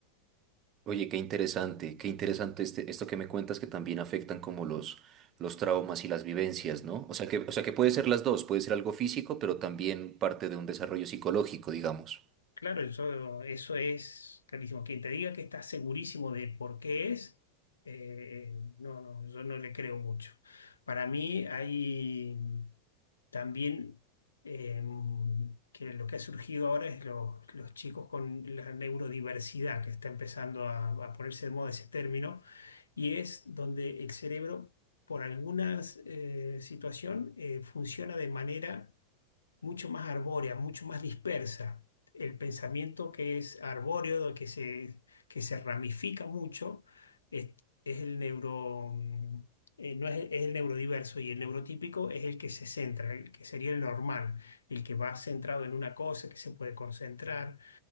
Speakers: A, on the right; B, on the left.
A: Oye, qué interesante, qué interesante este, esto que me cuentas que también afectan como los, los traumas y las vivencias, ¿no? O sea que, o sea que puede ser las dos, puede ser algo físico, pero también parte de un desarrollo psicológico, digamos.
B: Claro, eso, eso es clarísimo. Quien te diga que está segurísimo de por qué es, eh, eh, no, no, yo no le creo mucho. Para mí hay también eh, que lo que ha surgido ahora es los, los chicos con la neurodiversidad, que está empezando a, a ponerse de moda ese término, y es donde el cerebro, por alguna situación, eh, funciona de manera mucho más arbórea, mucho más dispersa. El pensamiento que es arbóreo, de que se, que se ramifica mucho, es, es el neuro, mm, eh, no es, es el neurodiverso y el neurotípico es el que se centra, el que sería el normal, el que va centrado en una cosa, que se puede concentrar